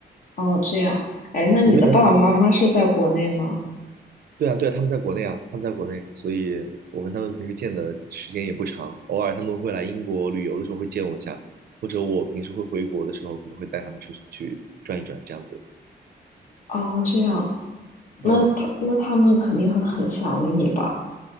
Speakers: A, on the left; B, on the right.
A: 哦，这样，哎，
B: 你们有没有？
A: 那你的爸爸妈妈是在国内吗？
B: 对啊，对啊，他们在国内啊，他们在国内，所以我跟他们平时见的时间也不长，偶尔他们会来英国旅游的时候会见我一下，或者我平时会回国的时候可能会带他们出去转一转这样子。
A: 哦，这样，那他那他们肯定会很想你吧？
B: 嗯，